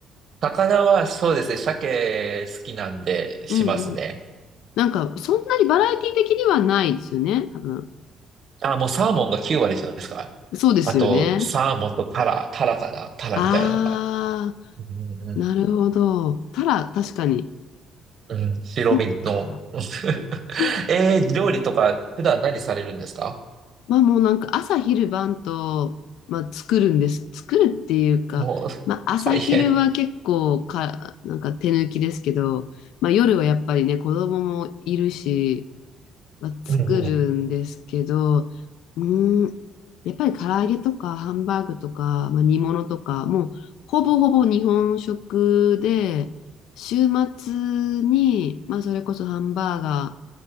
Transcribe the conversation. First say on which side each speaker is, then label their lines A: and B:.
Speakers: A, on the right (about 35°); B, on the left (about 80°).
A: 魚はそうですね、鮭好きなんでしますね。
B: うん。なんかそんなにバラエティ的にはないですよね、多分。
A: あ、もうサーモンが9割じゃないですか。
B: そうですよね。
A: あと、サーモンとタラ、タラかなタラみたいなのが。
B: あ
A: うんうん
B: ー、なるほど。たら確かに。
A: うん。うん、白身の。
B: そっか。
A: <laughs>
B: うんうんうん
A: えー、料理とか普段何されるんですか
B: まあもうなんか朝昼晩と、まあ、作るんです。作るっていうか、
A: もう、
B: まあ朝昼は結構か、
A: 大変。
B: なんか手抜きですけど、まあ夜はやっぱりね、子供もいるし、まあ、作るんですけど、
A: うんうん。
B: うーん、やっぱり唐揚げとかハンバーグとか、まあ、煮物とか、もうほぼほぼ日本食で、週末に、まあそれこそハンバーガ